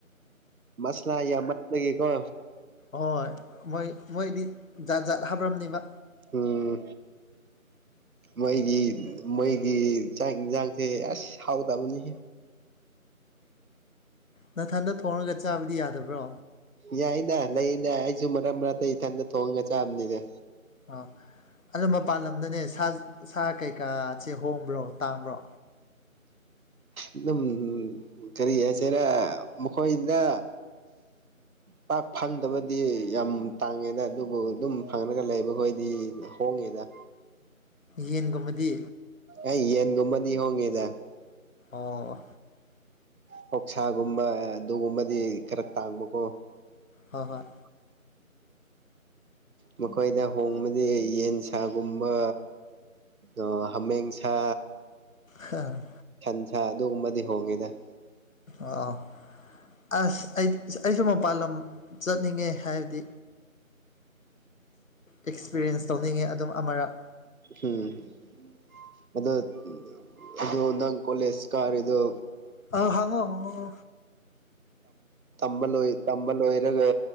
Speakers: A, on the right; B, on the left.
A: ꯃꯁꯂ ꯌꯥ ꯃꯁ ꯂꯩꯒꯦꯀꯣ
B: ꯍꯣꯏ ꯃꯣꯏ ꯃꯣꯏꯗꯤ ꯖꯥꯠ ꯖꯥꯠ ꯍꯥꯕ꯭ꯔꯅꯦꯕ
A: ꯎꯝ ꯃꯩꯒꯤ ꯃꯩꯒꯤ ꯆꯥꯛ ꯌꯦꯟꯁꯥꯡꯁꯦ ꯑꯁ ꯍꯥꯎꯗꯕꯅꯤ
B: ꯅꯊꯟꯗ ꯊꯣꯡꯉꯒ ꯆꯥꯕꯗꯤ ꯌꯥꯗꯕ꯭ꯔꯣ
A: ꯌꯥꯏꯗ ꯂꯩꯗ ꯑꯩꯁꯨ ꯃꯔꯛ ꯃꯔꯛꯇ ꯏꯊꯟꯇ ꯊꯣꯡꯉꯒ ꯆꯥꯕꯅꯤꯅꯦ
B: ꯑꯥ ꯑꯅ ꯃꯄꯥꯟ ꯂꯝꯗꯅꯦ ꯁꯥ ꯁꯥ ꯀꯩꯀꯥꯁꯦ ꯍꯣꯡꯕ꯭ꯔꯣ ꯇꯥꯡꯕ꯭ꯔꯣ
A: ꯑꯗꯨꯝ ꯀꯔꯤ ꯍꯥꯏꯆꯦꯔ ꯃꯈꯣꯏꯗ ꯄꯥꯛ ꯐꯪꯗꯕꯗꯤ ꯌꯥꯝ ꯇꯥꯡꯉꯦꯗ ꯑꯗꯨꯕꯨ ꯑꯗꯨꯝ ꯐꯪꯉꯒ ꯂꯩꯕꯈꯣꯏꯗꯤ ꯍꯣꯡꯉꯦ ꯀꯗ
B: ꯌꯦꯟꯒꯨꯝꯕꯗꯤ
A: ꯑꯩ ꯌꯦꯟꯒꯨꯝꯃꯗꯤ ꯍꯣꯡꯒꯦꯗ
B: ꯑꯣ
A: ꯄꯣꯛꯁꯥꯒꯨꯝꯕ ꯑꯗꯨꯒꯨꯝꯕꯗꯤ ꯈꯔ ꯇꯥꯡꯕꯀꯣ
B: ꯍꯣꯏ ꯍꯣꯏ
A: ꯎꯝ ꯃꯈꯣꯏꯗ ꯍꯣꯡꯕꯗꯤ ꯌꯦꯟ ꯁꯥꯒꯨꯝꯕ ꯑ ꯍꯃꯦꯁꯥ
B: ꯍꯥꯥ
A: ꯁꯟꯁ ꯑꯗꯨꯒꯨꯝꯕꯗꯤ ꯍꯣꯡꯉꯤꯗ
B: ꯑꯥ ꯑꯁ ꯑꯩ ꯑꯩꯁꯨ ꯃꯄꯥꯜ ꯂꯝ ꯆꯠꯅꯤꯡꯉꯦ ꯍꯥꯏꯕꯗꯤ ꯑꯦꯛꯁꯄꯤꯔꯤꯌꯦꯟꯁ ꯇꯧꯅꯤꯡꯉꯦ ꯑꯗꯨꯝ ꯑꯃꯔꯛ
A: ꯍꯝ ꯑꯗ ꯑꯗꯨ ꯑꯣꯗꯪ ꯀꯣꯂꯦꯁ ꯀꯔ ꯏꯗꯨ
B: ꯑ ꯍꯪꯉꯣꯉꯣ
A: ꯝꯕ ꯂ ꯇꯝꯕ ꯂꯣꯏꯔꯒ